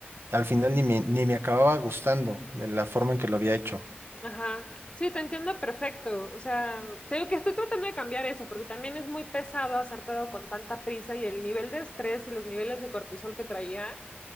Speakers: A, on the right (about 70°); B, on the left (about 25°).
A: al final ni me, ni me acababa gustando de la forma en que lo había hecho.
B: ajá, sí, te entiendo perfecto. O sea, te digo que estoy tratando de cambiar eso, porque también es muy pesado hacer todo con tanta prisa y el nivel de estrés y los niveles de cortisol que traía